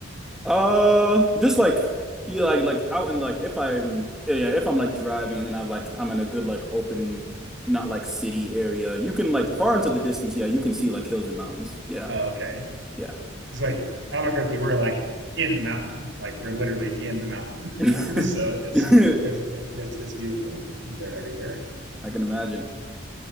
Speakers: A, in the centre; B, on the right.
A: Uh just like yeah, like like out in like if I'm yeah, if I'm like driving and then I've like I'm in a good like open not like city area. You can like far into the distance, yeah, you can see like hills and mountains. Yeah.
B: Oh, Okay,
A: Yeah.
B: because like Albuquerque, we're like in the mountain. Like we're literally in the mountain.
A: <laughs>
B: <laughs> so it's
A: I
B: it's, it's it's beautiful. They're everywhere.
A: can imagine.